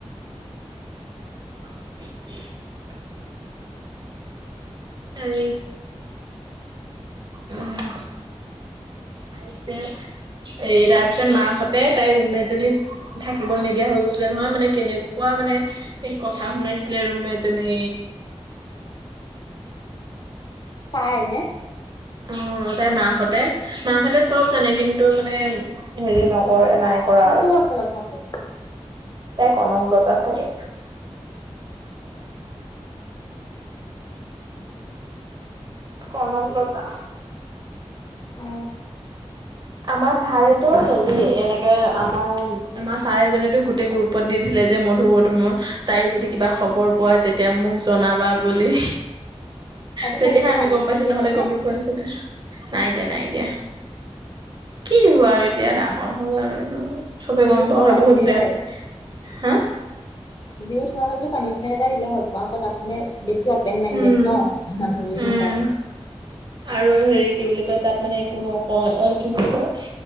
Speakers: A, on the right; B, on the left.
A: <unintelligible> হু হু। উম তাই যে এই তাৰপিছত মাহঁতে তাই ৰুমমেট জনীক থাকিব নিদিয়া হৈ গৈছিলে, নহয় মানে কেনেকুৱা মানে এই কথা শুনাইছিলে ৰুমমেট জনী
B: পাই নে?
A: অহ, তাইৰ মাকহঁতে মাকহঁতে চব জানে কিন্তু মানে হেৰি নকৰে। নাই কৰা
B: কোনটো হোষ্টেলত থাকে?
A: এই কনকলতাত থাকে। কনকলতা।
B: অ
A: আমাৰ ছাৰেটো হেৰি এনেকে আমাৰ ছাৰে এজনেতো গোটেই গ্ৰুপত দি দিছিলে যে মধু বৰ্তমান তাইৰ যদি কিবা খবৰ পোৱা তেতিয়া মোক জনাবা বুলি।
B: তাৰপিছত
A: তেতিয়াহে
B: তাইক একো
A: আমি
B: পানিচমেন্ট
A: গম পাইছো
B: দিয়া
A: নহ'লে
B: নাই নে
A: গমেই পোৱা নাছিলো। নাই দিয়া, নাই দিয়া। কি দিব আৰু এতিয়া ডাঙৰ হ'ল আৰু এইটো চবে
B: যি
A: গম
B: উঠোৱা
A: পাওঁ
B: হয়
A: বহুত
B: দিলেই
A: বেয়াকে, হা
B: যিওত হোৱা হয় পানিছমেণ্ট এটা দিলে হয় তোমালোকৰ তাত মানে বেছি অপেন মাইণ্ডেড
A: উম
B: ন মানুহবোৰ
A: উম
B: সেই কাৰণে।
A: আৰু হেৰি কি বুলি কয় তাত মানে একো নকয়। এ কি বুলি কয়